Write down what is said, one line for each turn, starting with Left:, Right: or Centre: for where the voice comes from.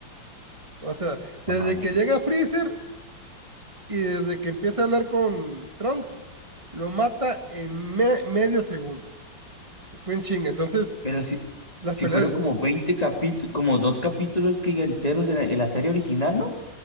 Right: O sea, desde
Left: no mames.
Right: que llega Freezer y desde que empieza a hablar con Trunks, lo mata en me- medio segundo. Fue en chinga. Entonces,
Left: Pero si,
Right: las
Left: si
Right: peleas,
Left: fueron como 20 capítulos, como dos capítulos que enteros en la, en la serie original, ¿no?